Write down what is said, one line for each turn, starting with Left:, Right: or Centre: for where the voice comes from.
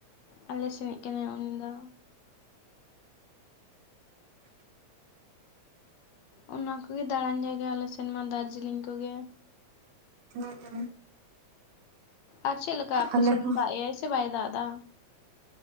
Left: ᱟᱞᱮ ᱥᱮᱱᱤᱡ ᱠᱟᱱᱟᱭ ᱩᱱᱤ ᱫᱚ ᱚᱱᱟ ᱠᱚᱜᱮ ᱫᱟᱬᱟᱱ ᱡᱟᱭᱜᱟ ᱟᱞᱮ ᱥᱮᱱ ᱢᱟ ᱫᱟᱨᱡᱤᱞᱤᱧ ᱠᱚᱜᱮ
Right: <unintelligible>
Left: ᱟᱨ ᱪᱮᱫ ᱞᱮᱠᱟ ᱟᱯᱮ
Right: ᱟᱞᱮ
Left: ᱥᱮᱫ
Right: ᱦᱚᱸ
Left: ᱫᱚ ᱫᱟᱜᱽᱮᱜᱟᱭ ᱥᱮ ᱵᱟᱭ ᱫᱟᱜᱽ ᱮᱫᱟ